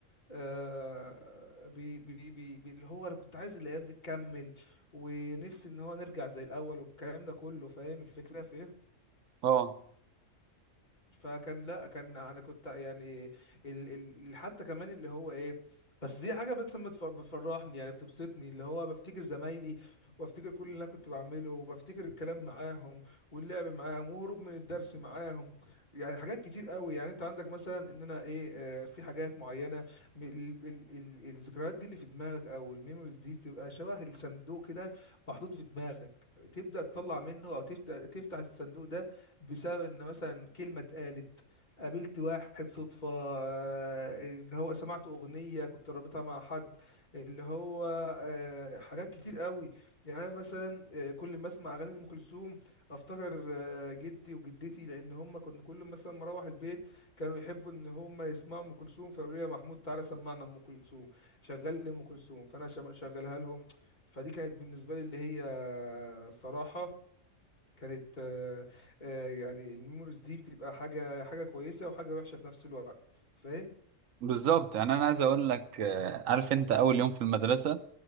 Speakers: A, on the left (about 35°); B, on the right (about 80°).
A: آه، بي بي بي بي- اللي هو انا كنت عايز الايام دي تكمل ونفسي ان هو نرجع زي الاول والكلام ده كله فاهم الفكره في ايه
B: اه
A: فكان لا كان انا كنت يعني ال ال حتى كمان اللي هو ايه بس دي حاجه بس ما تف- بتفرحني يعني بتبسطني اللي هو بفتكر زمايلي وبفتكر كل اللي انا كنت بعمله وبفتكر الكلام معاهم واللعب معاهم وهروب من الدرس معاهم يعني حاجات كتير قوي يعني انت عندك مثلا ان انا ايه آه في حاجات معينه م- ال ال ال الذكريات دي اللي في دماغك او الميموريز دي بتبقى شبه الصندوق كده محطوط في دماغك تبدا تطلع منه او تفتح تفتح الصندوق ده بسبب ان مثلا كلمه اتقالت قابلت واحد صدفه آه، اللي هو سمعت اغنيه كنت رابطها مع حد اللي هو آه، حاجات كتير قوي يعني انا مثلا آه، كل ما اسمع اغاني ام كلثوم افتكر آه، جدي وجدتي لان هم كنا كل ما مثلا مروح البيت كانوا يحبوا ان هم يسمعوا ام كلثوم فيقولوا لي يا محمود تعالى سمعنا ام كلثوم شغل لي ام كلثوم فانا شم- شغلها لهم فدي كانت بالنسبه لي اللي هي الصراحه كانت آه، آه، يعني الميموريز دي بتبقى حاجة حاجة كويسة وحاجة وحشة في نفس الوقت فاهم
B: بالظبط يعني انا عايز اقول لك آه، عارف انت اول يوم في المدرسة